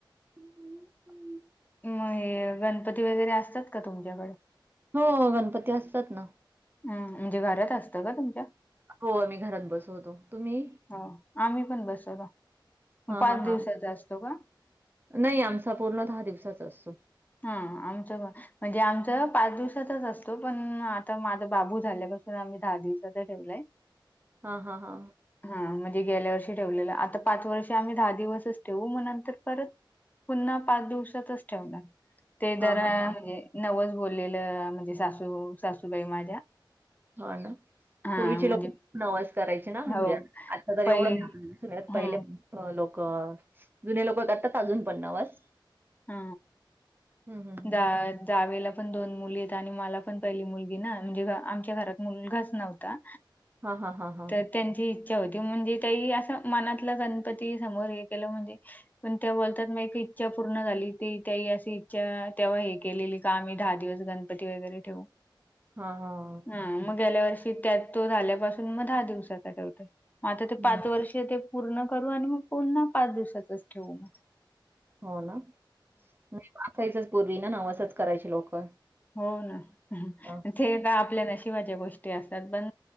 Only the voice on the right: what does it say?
<inaudible>
हो. गणपती असतात ना.
हो. आम्ही घरात बसवतो. तुम्ही?
हा
हा
हा
नाही आमचा पूर्ण दहा दिवसाचा असतो.
हा हा हा
हां,
हां, हां.
हा ना
पूर्वीचे
लोक नवस करायचे ना म्हणजे
आत्ता तर
एवढं सगळ्यात
पहिले अ लोकं जुने लोकं करतात अजून पण नवस
हं, हं, हं.
हा हा हा हा
हा हा हा
हं.
हो ना असायचच पूर्वी ना नवसच करायचे लोकं
हां.